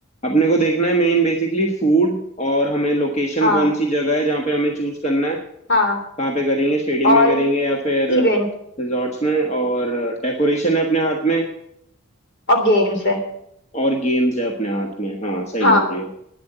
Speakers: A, on the left (about 30°); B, on the left (about 55°).
A: अपने को देखना है मेन बेसिकली फूड और हमें लोकेशन
B: हाँ
A: कौन सी जगह है जहाँ पे हमें चूज करना है
B: हाँ
A: कहाँ पे करेंगे स्टेडियम
B: और
A: में करेंगे या फिर
B: इवेंट
A: रिजॉर्ट्स में और डेकोरेशन है अपने हाथ में
B: और गेम्स है
A: और गेम्स है अपने हाथ में हाँ सही
B: हाँ
A: बोल रही हो